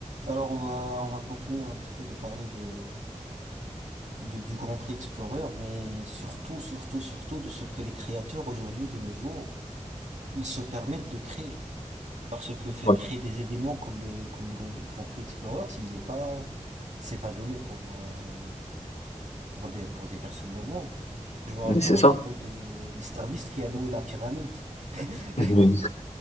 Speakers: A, on the right (about 70°); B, on the left (about 60°).
A: Alors, on va, on va continuer un petit peu de parler de, de- du Grand Prix Explorer, mais surtout, surtout, surtout de ce que les créateurs aujourd'hui, de nos jours, ils se permettent de créer. Parce que faire
B: Ouais,
A: créer des événements comme le, comme le Gr- Grand Prix Explorer, s'il est pas, c'est pas donné pour, euh, pour des, pour des personnes normaux. Je me rappelle
B: mais c'est
A: un
B: ça.
A: petit peu de Mister Beast qui a loué la pyramide. <laughs>
B: Mais